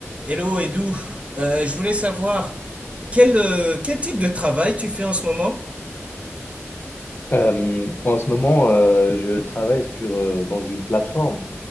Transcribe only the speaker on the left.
Euh, en ce moment, euh, je travaille sur, euh, dans une plateforme